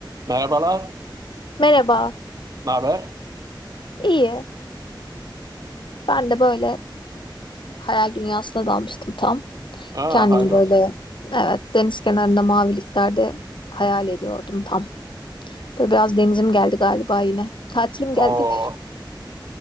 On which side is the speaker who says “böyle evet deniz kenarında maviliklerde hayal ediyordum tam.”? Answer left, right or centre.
Left